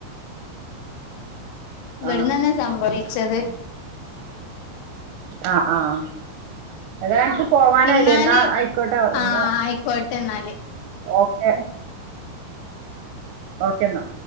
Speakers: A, on the left (about 75°); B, on the right (about 80°).
A: ഇവിടന്ന്ന്നെയാ
B: ആഹ്
A: സംഭവിച്ചത്
B: ആ ആഹ് എതാ നിനക്ക് പോവാനായില്ലേ
A: ഇന്നാല്
B: എന്നാ ആയിക്കോട്ടോ ഞങ്ങ
A: ആഹ് ആയിക്കോട്ടെ എന്നാല്
B: ഓക്കെ ഓക്കേ എന്നാ